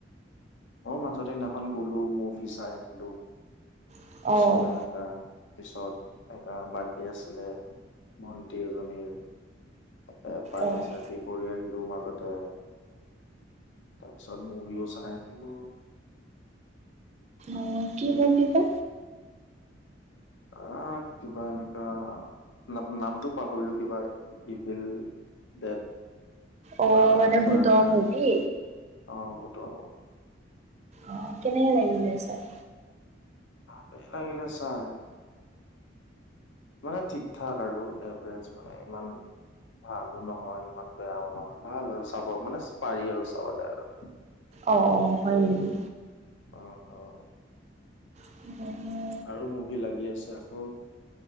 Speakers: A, on the left; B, on the right.
A: অ' মাজত এদিনাখন গ'লো মোভি চাই আহিলো,
B: অ'
A: ওচৰত এনেকে তাৰ পিছত এটা বাৰ্থডে আছিলে ভন্টি এজনীৰ। তাতে পাৰ্টি
B: অ'।
A: চাৰ্টি কৰি আহিলো মাজতে। তাৰপিছত মভিও চাই আহিলো।
B: অ', কি মোভি বা?
A: আহ, কিবা এনেকা নাম- নামটো পাহৰিলো কিবা ইভিল দেট
B: অ'
A: বা
B: মানে ভূতৰ
A: বাৰণ নাই
B: মুভি।
A: অ', <unintelligible>
B: অ', কেনেকা লাগিলে চায়?
A: ভালেই লাগিলে চাই। মানে ঠিক ঠাক আৰু এভাৰেজ মানে ইমান ভালো নহয়, ইমান বেয়াও নহয়, ভাল আৰু চাব। মানে পাৰি আৰু চাবলৈ আৰু।
B: অ', হয় নেকি?
A: অ', অ'।
B: <inaudible>
A: আৰু মুভি লাগি আছে, আকৌ